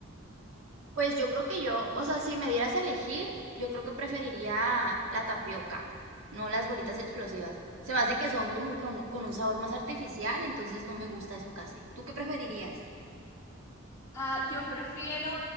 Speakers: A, on the right; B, on the left.
A: Pues yo creo que yo, o sea, si me dieras a elegir, yo creo que preferiría la tapioca, no las bolitas explosivas. Se me hace que son como con, con un sabor más artificial, entonces no me gusta eso casi. ¿Tú qué preferirías?
B: Ah, yo prefiero